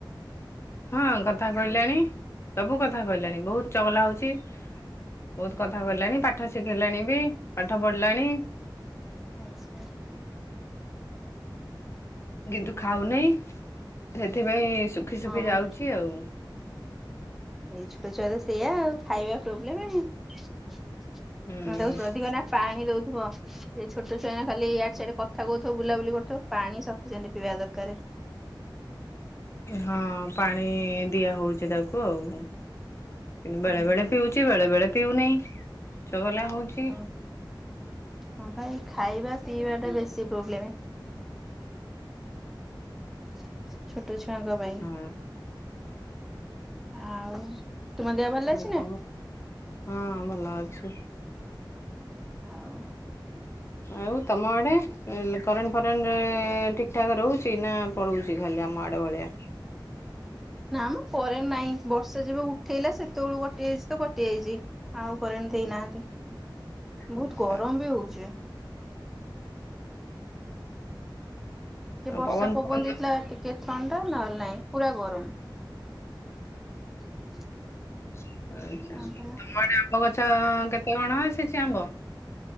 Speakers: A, on the left; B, in the centre.
A: ହଁ କଥା କହିଲାଣି ସବୁ କଥା କହିଲାଣି ବହୁତ ଚଗଲା ହୋଉଚି। ବୋହୁତ କଥା କହିଲାଣି। ପାଠ ଶିଖିଲାଣି ବି ପାଠ ପଢିଲାଣି।
B: ଆଚ୍ଛା।
A: କିନ୍ତୁ ଖାଉ ନାହିଁ। ସେଥିପାଇଁ ଶୁଖି
B: ହଁ
A: ଶୁଖି ଯାଉଚି ଆଉ।
B: ଏଇ ଛୋଟ ଛୁଆ ତ ସେଇୟା ଆଉ ଖାଇବା ପ୍ରୋବ୍ଲେମ ଆଉ ତାକୁ
A: ହୁଁ
B: ସୋଦିବନା ପାଣି ଦୋଉଥିବ। ସେ ଛୋଟ ଛୁଆ ଏଇନା ଖାଲି ଇଆଡେ ସିଆଡେ କଥା କୋହୁଥିବ। ବୁଲାବୁଲି କରୁଥିବ, ପାଣି ସଫିସେଣ୍ଟ ପିଇବା ଦରକାର।
A: ହଁ ପାଣି ଦିଆ ହୋଉଚି ତାକୁ ଆଉ। ବେଳେ
B: ହୁଁ
A: ବେଳେ ପିଉଚି ବେଳେ ବେଳେ ପିଉନେଇ ଚଗଲା ହୋଉଚି।
B: ହଁ ହଁ ପା ଏଇ ଖାଇବା ପିଇବା ଟା ବେଶୀ ପ୍ରୋବ୍ଲେମ। <inaudible> ଛୋଟ ଛୁଆଙ୍କ ପାଇଁ।
A: ହଁ
B: ଆଉ ତୁମ ଦେହ ଭଲ
A: ହଁ
B: ଅଛି ନା
A: ତମ, ହଁ ଭଲ ଅଛୁ।
B: ଆଉ।
A: ଆଉ ତମ ଆଡେ କରେଣ୍ଟ ଫରେଣ୍ଟ ଠିକ୍ ଠାକ୍ ରହୁଚି ନା ପଳୋଉଚି ଖାଲି ଆମ ଆଡ ଭଳିଆ।
B: ନା ମ କରେଣ୍ଟ ନାଇଁ। ବର୍ଷା ଯେବେ ଉଠେଇଲା। ସେତେବେଳୁ କଟି ଯାଇଚି ତ କଟି ଯାଇଚି। ଆଉ କରେଣ୍ଟ ଦେଇନାହାନ୍ତି ବୋହୁତ
A: ଆଛା
B: ଗରମ ବି ହୋଉଚି। ଟିକେ
A: ଆଉ
B: ବର୍ଷା ପବନ
A: ଫବନ
B: ଦେଇଥିଲା। ଟିକେ ଥଣ୍ଡା ନହଲେ ନାଇଁ ପୁରା ଗରମ। <inaudible>
A: <inaudible> ଆଚ୍ଛା
B: ହଁ ପରା
A: ତମ ଆଡେ ଆମ୍ବ ଗଛ କେତେ କଣ ଆସିଚି ଆମ୍ବ?